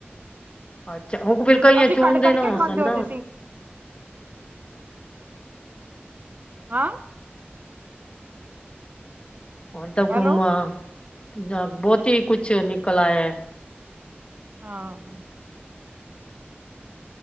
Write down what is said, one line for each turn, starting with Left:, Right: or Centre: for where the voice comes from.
Left: ਅੱਛਾ, ਓ ਫੇਰ ਕਈ
Right: ਅਸੀਂ
Left: ਚੌਂਦੇ
Right: ਕੱਢ ਕੱਢ
Left: ਦੇ ਨਾ
Right: ਕੇ
Left: ਹੋਸਨ
Right: ਖਾਂਦੇ ਹੁੰਦੇ
Left: ਨਾ
Right: ਸੀ ਹਾਂ।
Left: ਹੋਨ ਤਾਂ
Right: ਹੈਲੋ
Left: ਬੋਤ ਈ ਕੁੱਛ ਨਿਕਲ ਆਇਆ।
Right: ਹਾਂ।